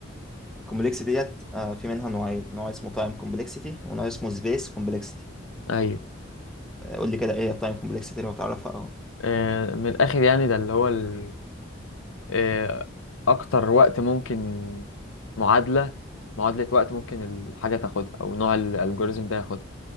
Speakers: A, in the centre; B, on the left.
A: الكومبلكسيتي ديت آه في منها نوعين نوع اسمه time complexity ونوع اسمه space complexity
B: ايوه
A: قول لي كده ايه التايم كومبلكسيتي لو تعرفها او
B: آه، من الاخر يعني ده اللي هو ال... آه، اكتر وقت ممكن معادله معادله وقت ممكن الحاجه تاخدها او نوع الالجوريزم ده ياخدها